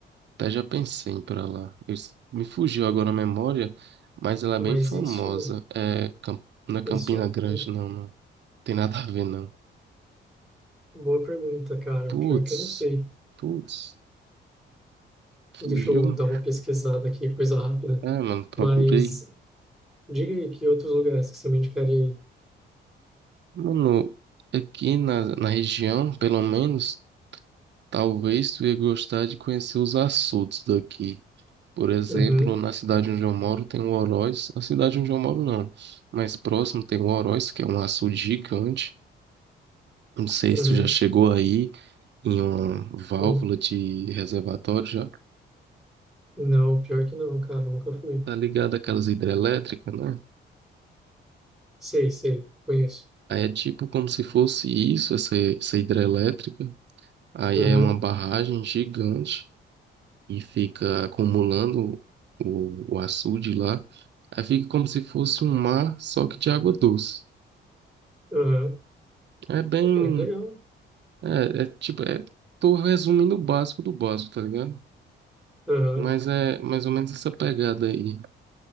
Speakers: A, on the right; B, in the centre.
A: até já pensei em ir pra lá. Eu s- me fugiu agora a memória, mas ela
B: Mas
A: é bem famosa.
B: isso,
A: É, Cam- não é Campina
B: isso,
A: Grande,
B: hum,
A: não, não. Tem nada a ver, não.
B: boa pergunta, cara.
A: Putz,
B: Pior que eu não sei.
A: putz, fugiu.
B: Deixa eu dar uma pesquisada aqui, coisa rápida.
A: É, mano, procurei.
B: Mas diga aí que outros lugares que você me indicaria aí.
A: Mano, aqui na, na região, pelo menos, talvez tu ia gostar de conhecer os açudes daqui. Por exemplo,
B: Uhum,
A: na cidade onde eu moro tem o Oroz. A cidade onde eu moro não, mas próximo tem o Oroz, que é um açude gigante. Não sei
B: uhum,
A: se tu já chegou aí em uma válvula
B: uhum.
A: de reservatório já.
B: Não, pior que não, cara, nunca fui.
A: Tá ligado aquelas hidrelétricas, né?
B: Sei, sei, conheço.
A: Aí é tipo como se fosse isso, essa, essa hidrelétrica. Aí
B: Uhum,
A: é uma barragem gigante e fica acumulando o, o açude lá. Aí fica como se fosse um mar, só que de água doce.
B: aham.
A: É bem
B: Pô, cara, que legal.
A: É, é tipo, é, tô resumindo o básico do básico, tá ligado?
B: Aham.
A: Mas é mais ou menos essa pegada aí.